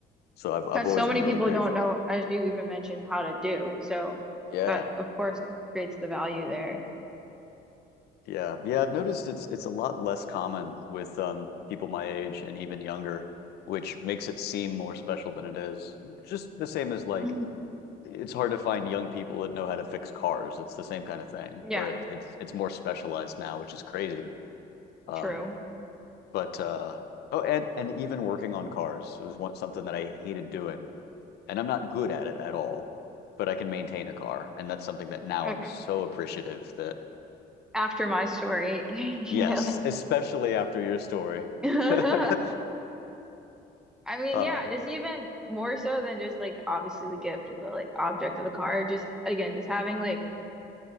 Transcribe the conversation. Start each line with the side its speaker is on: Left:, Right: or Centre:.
Left: So I've I've
Centre: because
Left: always
Centre: so many
Left: been really
Centre: people
Left: grateful.
Centre: don't know, as you even mentioned, how to do. So
Left: Yeah.
Centre: that, of course, creates the value there.
Left: Yeah. Yeah, I've noticed it's it's a lot less common with um people my age and even younger, which makes it seem more special than it is. Just the same as like
Centre: Mhm.
Left: it's hard to find young people that know how to fix cars. It's the same kind of thing
Centre: Yeah,
Left: where it, it's it's more specialized now, which is crazy. Um,
Centre: true.
Left: but uh oh and and even working on cars was one something that I hated doing. And I'm not good at it at all, but I can maintain a car. And that's something that now
Centre: Okay.
Left: I'm so appreciative that
Centre: After my story, <laughs> you
Left: Yes,
Centre: really.
Left: especially after your story.
Centre: <laughs>
Left: <laughs>
Centre: I mean,
Left: Uh,
Centre: yeah, just even more so than just like obviously the gift or the like object of the car. Just again, just having like